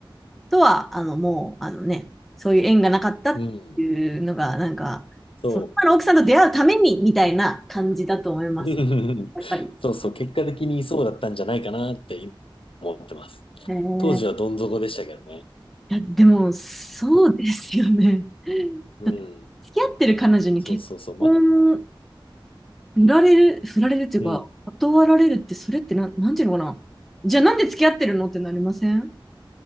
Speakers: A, in the centre; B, on the left (about 85°).
A: とは、あの、もう、あのね、そういう縁がなかったっていうのが、
B: うん、
A: なんか、
B: そう。
A: その今の奥さんと出会うために、みたいな感じだと思います。
B: <laughs>
A: やっぱり。
B: そうそう、結果的にそうだったんじゃないかなって今思ってます。
A: へー
B: 当時はどん底でしたけどね。
A: いや、でも、そうですよね。
B: うん、
A: <laughs>
B: うん、
A: だって付き合ってる彼女に結婚、
B: そうそうそう、ま、
A: 振られる、振られるっていうか、
B: うん。
A: 断られるって、それってなん、なんていうのかな。じゃあなんで付き合ってるのってなりません